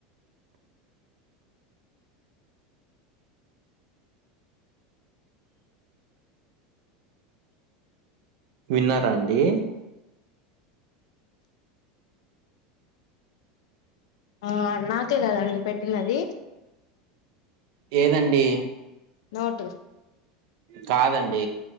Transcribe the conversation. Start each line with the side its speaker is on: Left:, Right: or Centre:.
Right: విన్నారా అండి
Left: ఆ నాకే కదండి పెట్టిందది
Right: ఏదండి
Left: నోట్
Right: కాదండి